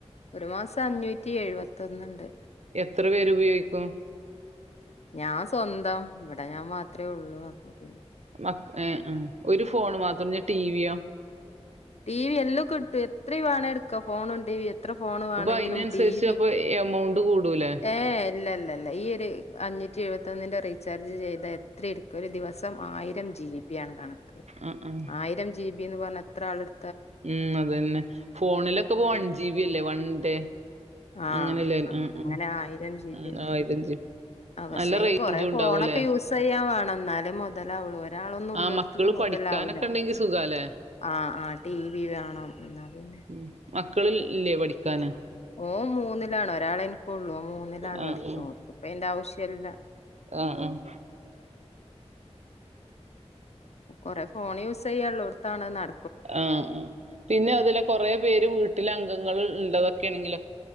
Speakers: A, on the left; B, on the right.
A: ഒരു മാസം അഞ്ഞൂറ്റി എഴുപത്തൊന്ന്ണ്ട്
B: എത്ര പേരുപയോഗിക്കും
A: ഞാൻ സ്വന്തം ഇവിടെ ഞാൻ മാത്രേ ഉള്ളൂ അപ്പ പി
B: മക്ക ഒരു ഫോൺ മാത്രം പിന്നെ ടിവി യോ
A: ടി വി എല്ലം കിട്ടും എത്രയും വേണേ എടുക്കാ ഫോണും ടി വി എത്ര ഫോൺ വേണങ്കിലും
B: അപ്പൊ അയിനനുസരിച്ച്
A: ടി വി
B: അപ്പൊ എമൗണ്ട് കൂടൂലേ
A: ഏഹ് ഇല്ല ല്ലാ ഈ ഒരു അഞ്ഞൂറ്റി എഴുപത്തൊന്നിൻ്റെ റീചാർജ് ചെയ്താ എത്രയെ എടുക്കാ ഒരു ദിവസം ആയിരം ജി ബി ആണ് കണക്ക്
B: ആഹ് ആഹ്
A: ആയിരം ജി ബിന്ന് പറഞ്ഞ എത്ര ആള് എടു
B: ഉം അതന്നെ ഫോണിലൊക്ക വൺ ജി ബി അല്ലേ വൺ ഡേ
A: ആഹ്
B: അങ്ങനെയല്ലേ
A: ആഹ്
B: ഉം
A: അങ്ങനെ
B: ഉം.
A: ആയിരം ജീബി
B: ഉം
A: ണ്ട്
B: ആയിരം ജി ബി
A: ആഹ്പക്ഷേ
B: നല്ല റേഞ്ചും
A: കൊറേ
B: ഉണ്ടാവൂലേ?
A: ഫോണൊക്കെ യൂസ് ചെയ്യാൻ വേണം എന്നാലേ മുതലാവുള്ളൂ ഒരാളൊന്നും ഉള്ളൊടുത്ത്
B: ആഹ് മക്കള്
A: ത് മൊതലാഊല
B: പഠിക്കാനൊക്കെ ഉണ്ടെങ്കി സുഖാല്ലേ?
A: ആഹ് ആഹ് ടി വി വേണം എന്നാ പിന്നെ
B: ഉം മക്കള് ല്ലേ പഠിക്കാന്
A: ഓൻ മൂന്നിലാണ് ഒരാളെ ഇൻക്ള്ളൂ ഓൻ മൂന്നിലാണ്
B: ആഹ്
A: പഠിക്കണ
B: ആഹ്
A: ഓൻക് ഇപ്പ ഈന്റെ ആവശ്യല്ലാ
B: ആഹ് ആഹ്
A: കുറേ ഫോൺ യൂസ് ചെയ്യാനുള്ളോടത്താണ് നട
B: ആഹ് ആഹ് പിന്നെ അതിലെ കൊറെ പേര് വീട്ടില അംഗങ്ങൾ ണ്ടതൊക്കെണങ്കിലോ?